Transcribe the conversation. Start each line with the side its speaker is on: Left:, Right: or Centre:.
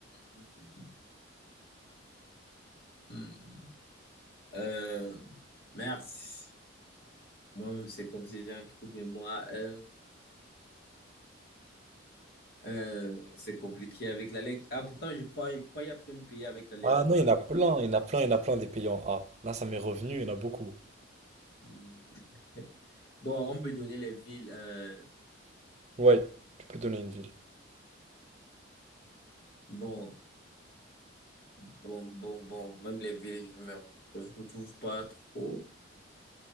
Left: hmm, hmm. euh, merci. Moi-même, c'est comme si j'ai un trou de mémoire. Euh, Euh, c'est compliqué avec la lettre A. Pourtant, je crois, je crois qu'il y a plein de pays avec la lettre
Right: Ah non,
Left: A.
Right: il y en a plein, il y en a plein, il y en a plein des pays en A. Là, ça m'est revenu, il y en a beaucoup.
Left: Hmm. Bon, on peut donner les villes. euh,
Right: Ouais, tu peux donner une ville.
Left: bon, bon, bon, bon. Même les villes, je me je vous trouve pas trop.